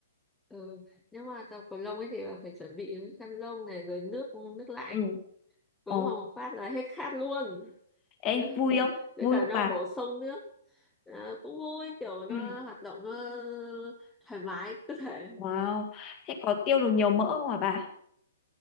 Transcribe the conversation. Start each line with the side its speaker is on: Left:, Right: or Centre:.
Centre: Ừ. nếu mà tập cầu lông ấy thì là phải chuẩn bị cái khăn lông này rồi nước nước lạnh
Left: ừ
Centre: uống
Left: ờ,
Centre: vào một phát là hết khát luôn
Left: ê
Centre: <laughs>
Left: vui không
Centre: với
Left: vui
Centre: cả
Left: không
Centre: nó
Left: bà
Centre: bổ sung nước Ờ, cũng vui kiểu nó
Left: ừ
Centre: hoạt động nó thoải mái cơ thể
Left: wow thế có tiêu được nhiều mỡ không hả bà